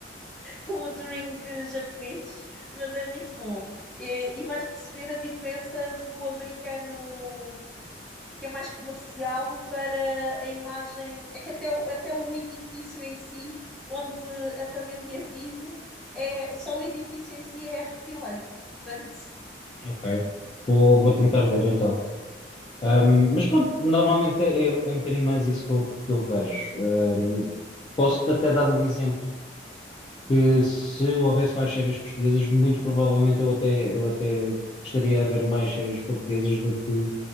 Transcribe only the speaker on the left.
Ok, vou, vou tentar ver então. Ahm, mas pronto, normalmente é, é um bocadinho mais isso que eu, que eu vejo. Ahm, posso-te até dar o exemplo que se houvesse mais séries portuguesas, muito provavelmente eu até, eu até gostaria de ver mais séries portuguesas do que